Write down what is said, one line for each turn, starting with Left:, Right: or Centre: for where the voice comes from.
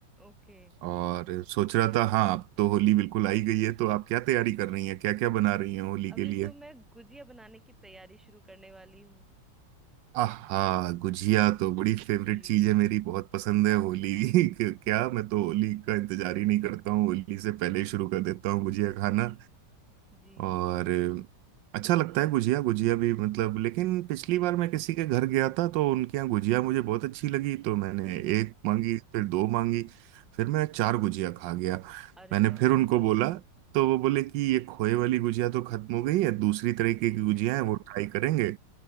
Centre: ओके
Right: और सोच रहा था हाँ अब तो होली बिल्कुल आई गई है
Centre: <laughs>
Right: तो आप क्या तैयारी कर रही हैं क्या क्या बना रही हैं होली
Centre: अभी
Right: के लिए
Centre: तो मैं गुजिया बनाने की तैयारी शुरू करने वाली हूँ
Right: आहा गुजिया तो बड़ी फेवरेट
Centre: जी
Right: चीज है मेरी
Centre: <laughs>
Right: बहुत पसंद है होली <laughs> क्या मैं तो
Centre: जी
Right: होली का इंतजार
Centre: <laughs>
Right: ही नहीं करता हूँ होली से पहले ही शुरू कर देता हूँ गुजिया खाना
Centre: जी
Right: और अच्छा लगता है गुजिया गुजिया भी मतलब लेकिन पिछली बार मैं किसी के घर गया था तो उनके यहाँ गुजिया मुझे बहुत अच्छी लगी तो मैंने
Centre: जी
Right: एक मांगी फिर दो मांगी फिर मैं चार गुजिया खा गया
Centre: अरे
Right: मैंने
Centre: वाह
Right: फिर उनको बोला तो वो बोले कि ये खोए वाली गुजिया तो खत्म हो गई है दूसरी तरीके
Centre: जी
Right: की गुजिया है वो ट्राई करेंगे